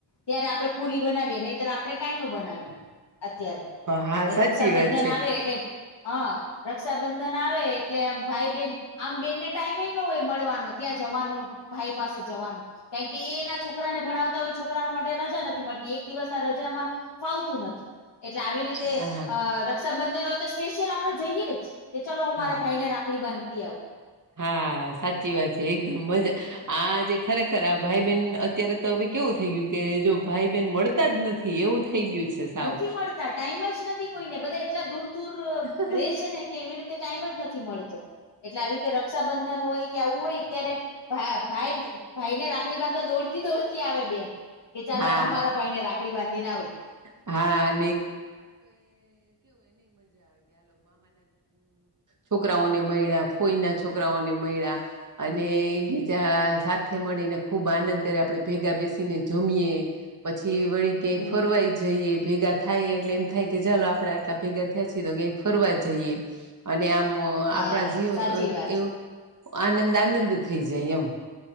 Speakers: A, on the left; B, on the right.
A: ત્યારે આપડણે પુરી બનાવીએ નહી આપડણે કઈ ન બનાવીએ અત્યારે
B: હા સાચી
A: રક્ષાબંધન
B: વાત છે
A: આવે એટલે હા રક્ષાબંધન આવે એટલે આમ ભાઈ બેેન આમ બેનને ટાઈમ ન હોય મળવાનો ત્યાં જવાનો ભાઈ પાસે જવાનો કારણ કે એના છોકરાને ભણાવતા હોય છોકરા મા માટે રજા નથી મળ એક દિવસ રજામાં ફાવતું નથી એટલે આવી રીતે
B: હા
A: અ ર ક્ષાબંધન હોય તો સ્પેશિયલ આપડે જઈએે જ કે ચાલો હું મારા
B: હા
A: ભાઈ ને રાખડી બાંધતી આવ
B: હા સાચી વાત છે એકદમ મજા આ જેે ખરેખર આ ભાઈ બેન અત્યારે તો હવે કેવું થઈ ગયું કે જો ભાઈબેન મળતા જ નથી તી એવું થઈ ગયુ છે સાવ
A: નથી મળતા ટાઈમ જ નથી કોઈને બધા એટલા દૂર દૂર
B: હમ
A: રે છે ને એવી રીતે કાઈમ જ નથી મળતો એટલે આવી રીતે રક્ષાબંધન હોય કે આવું હોય ત્યારે ભ ભાઈ ભાઈ ને રાખડી બાંધો દોડતી દોડતી આવે બેન કે ચાલ
B: હા
A: હું મારા ભાઈ ને રાખડી બાંધીને આવું.
B: હા છોકરાઓને મળ્યા ફોઈના છોકરાઓને મળ્યા અને
A: હમ
B: એકબીજા સાથે મળીને ખૂબ આનંદ કરી આપણે ભેગા બેસીને જમીએ પછી વળી ક્યાય
A: હમ
B: ફરવાય જઈએ ભેગા થાય એટલે એમ થાય કે ચાલો આપડે આટલા ભેગા થયા છીએ તો કઈ ફરવા જઈએ અને આમ
A: હા
B: આપણા જીવ
A: સાચી વાત
B: એવું આનંદ આનંદ થઈ જાય એમ